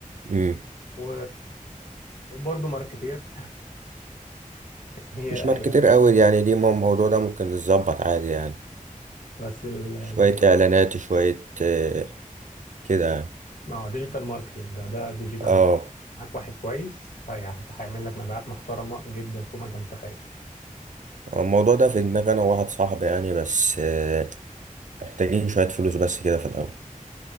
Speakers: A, on the right; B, on the left.
A: امم
B: و... وبرضو ماركتير <laughs> هي
A: مش ماركتير
B: هي
A: كتير قوي يعني دي ما الموضوع ده ممكن يتظبط عادي يعني
B: بس ال...
A: شوية
B: لو
A: إعلانات شوية آه، كده يعني.
B: اه ديجيتال ماركتنج ده ده ديجيتال
A: اه
B: ماركتنج معاك واحد كويس هي- هيعمل لك مبيعات محترمة جدا فوق ما انت متخيل
A: الموضوع ده في دماغي أنا وواحد صاحبي يعني بس آه، محتاجين شوية فلوس بس كده في الأول